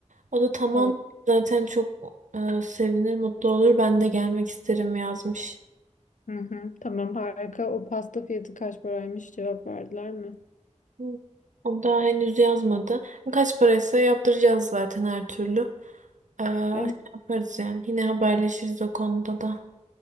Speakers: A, on the right; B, on the left.
A: O da tamam
B: tamam.
A: zaten çok e, sevinir, mutlu olur. Ben de gelmek isterim yazmış.
B: Hı hı, tamam harika. O pasta fiyatı kaç paraymış cevap verdiler mi?
A: Hı. O daha henüz yazmadı. Kaç paraysa yaptıracağız zaten her türlü. Ee, şey
B: Evet.
A: yaparız yani. Yine haberleşiriz o konuda da.